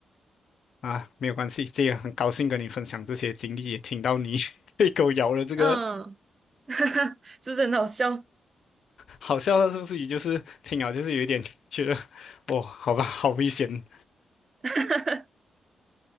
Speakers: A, on the left; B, on the right.
A: 啊，没有关系，这也很高兴跟你分享这些经历，也听到你 <laughs> 被狗咬了这个
B: 嗯，<laughs> 是不是很好笑？
A: 好笑的，是不是？也就是听了就是有一点觉得，哦，好吧，好危险。
B: <laughs>